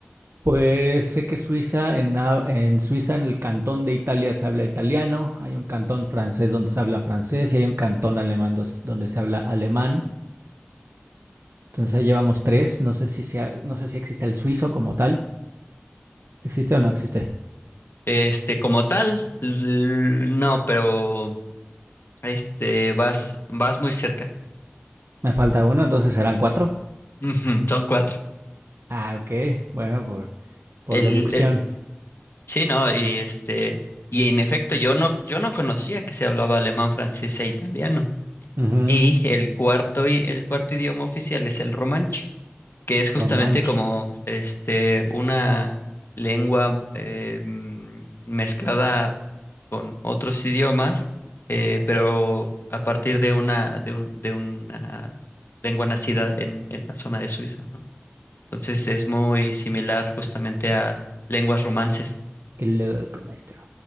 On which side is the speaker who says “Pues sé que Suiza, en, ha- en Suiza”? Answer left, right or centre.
Right